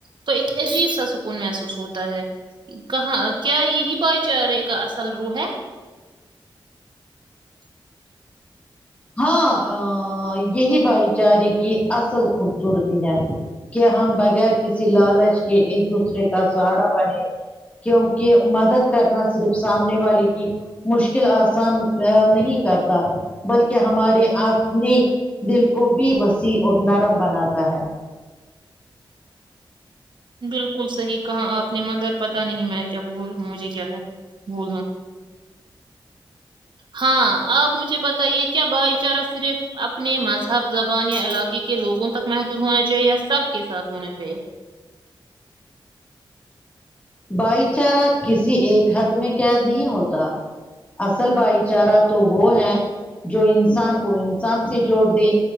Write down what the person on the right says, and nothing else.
تو ایک عجیب سا سکون محسوس ہوتا ہے کہاں کیا یہی بھائی چرے کا اصل روح ہے
بالکل صحیح کہاں آپ نے مگر پتا نہیں میں کیا بول مجھے کیا ہے بولنا ہاں آپ مجھے بتائیے کیا بھائی چارہ صرف اپنے مذہب زبان یا علاکے کے کے لوگوں تک محدود ہونا چاہیے یا سب کے ساتھ ہونا چاہیے